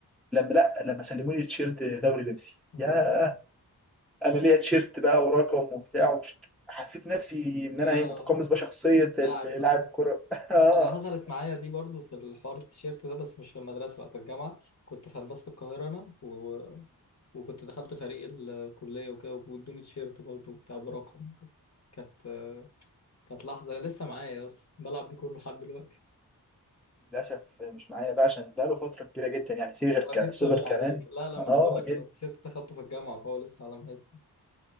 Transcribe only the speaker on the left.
اه
اه
لاعب بقى
انا حصلت معايا دي برضو في الحوار التيشيرت ده بس مش في المدرسه لا في الجامعه كنت في هندسه القاهره انا و... وكنت دخلت فريق الكليه وكده وادوني تيشيرت برضو بتاع برقم كانت كانت لحظه لسه معايا اصلا بلعب بيه كل لحد دلوقتي
هو
اكيد
صغير
عليك لا لا
ما انا بقول لك انا التيشيرت ده اخدته في الجامعه فهو لسه على مقاسي